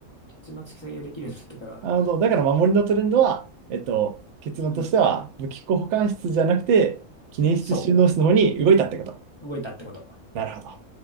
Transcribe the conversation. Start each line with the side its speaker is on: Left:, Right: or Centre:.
Left: 普通の突き先ができるようになってから、
Right: なるほど。だから守りのトレンドは、えっと、結論としては、
Left: うん、
Right: 武器庫保管室じゃなくて、記念室収納室の方に動いたってこと。
Left: そう、動いたってこと。
Right: なるほど。